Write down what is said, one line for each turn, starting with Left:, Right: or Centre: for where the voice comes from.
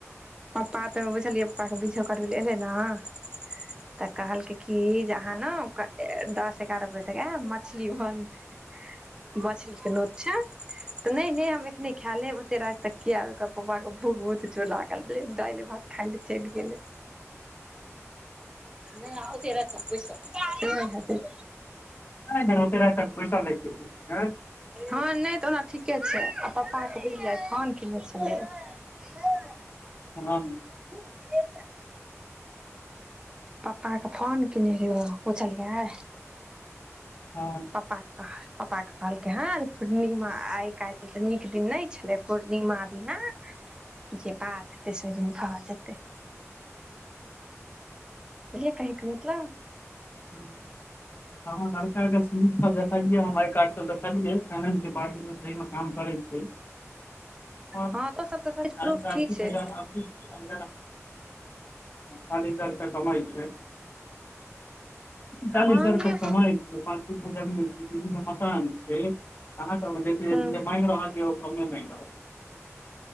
Right: पप्पा तऽ बुझलियै पप्पा के बीछो करबै ले एबै न तऽ कहलकै की जे अहाँ न दस एगारह बजे तक एब मछली बनतै मछली के नोत छै त नय नय हम एखने खा लेब ओते राति तक कियाकि ओकर पप्पा के भूख जोरसे लागल रहै दलि भात खाइ लेल चलि गेलै नय ओते राइत तक बसिल रहतै
Left: नय ओते रति तक बैसल रैहतिये
Right: हँ नय तऽ ओना ठीके छै आ पापाके बुझलिए फोन केने छलै लेन
Left: हँ
Right: उमरे पप्पा के फोन केने रहै बुझलियै
Left: हं
Right: पप्पा के कह पप्पा के कहलकै हँ पूर्णिमा आइ काल्हि तऽ निक दिन तऽ नय छलै पूर्णिमा दिना जे बात हेतय से ओहि दिन भऽ जेतय बुझलियै कहय केँ मतलब
Left: हूं हँ लड़का के सी वी सभ दखलियै हम आई कार्ड सभ दखलियै फाइनेंस डिपार्टमेंट मे सही मे काम करै छै और
Right: हँ तऽ ओ सभ तऽ सही से प्रूफ
Left: अड़तीस
Right: ठी छै
Left: <unintelligible> चालीस हजार रुपआ कमाइ छै चालीस
Right: आ मांगियो
Left: हजार रुपया कमाइ छै पाँच फीट मे जमीन दिल्ली मे मकान छै आहा केहबै
Right: हुं
Left: जे मायंग रहल छै ओ कमे मायंग रहल य